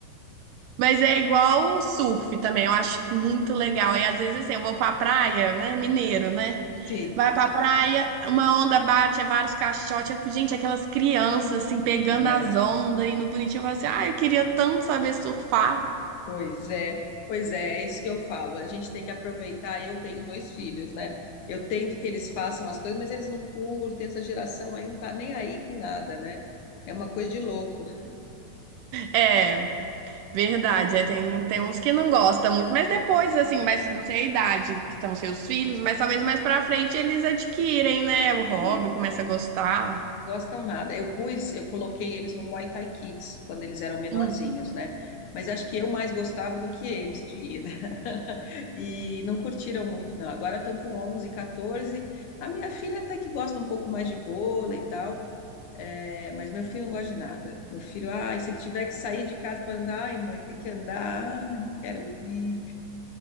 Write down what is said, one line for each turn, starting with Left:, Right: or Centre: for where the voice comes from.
Right: Mas é igual o surf também, eu acho muito legal. E às vezes assim, eu vou pra praia, né? Mineiro, né?
Left: Sim,
Right: Vai pra praia, uma onda bate, é vários caixotes. Eu fico, gente, aquelas crianças assim, pegando
Left: não
Right: as
Left: é.
Right: ondas e no bonitinho, eu falo assim, ah, eu queria tanto saber surfar.
Left: Pois é, pois é, é isso que eu falo. A gente tem que aproveitar. Eu tenho dois filhos, né? Eu tento que eles façam as coisas, mas eles não curtem. Essa geração aí não tá nem aí com nada, né? É uma coisa de louco.
Right: É. Verdade, é, tem, tem uns que não gostam muito, mas depois, assim, mas não sei a idade que estão seus filhos, mas talvez mais pra frente eles adquirem, né, o hobby,
Left: É.
Right: começa a gostar.
Left: Gostam nada. Eu pus, eu coloquei eles no Muay Thai Kids quando eles eram menorzinhos,
Right: Hum.
Left: né? Mas acho que eu mais gostava do que eles de ir, né? <laughs> E não curtiram muito, não. Agora estão com 11, 14. A minha filha até que gosta um pouco mais de vôlei e tal, É, mas meu filho não gosta de nada. Meu filho, ai, se ele tiver que sair de casa para andar, ai, mãe, tem que andar, ai, não quero ir.